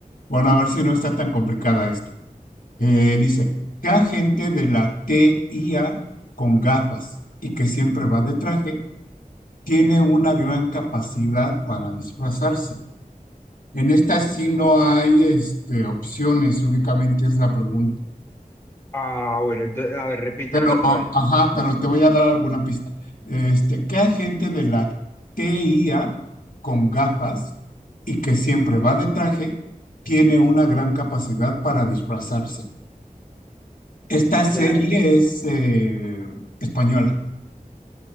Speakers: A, on the left; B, on the left.
A: Bueno, a ver si no está tan complicada esta. Eh, dice, ¿qué agente de la TIA con gafas y que siempre va de traje tiene una gran capacidad para disfrazarse? En esta sí no hay este, opciones, únicamente es la pregunta.
B: Ah, bueno, ento- a ver, repítemelo
A: No,
B: otra vez.
A: ajá, pero te voy a dar alguna pista. Este, ¿qué agente de la TIA con gafas y que siempre va de traje tiene una gran capacidad para disfrazarse? Esta serie
B: De la,
A: es eh, española.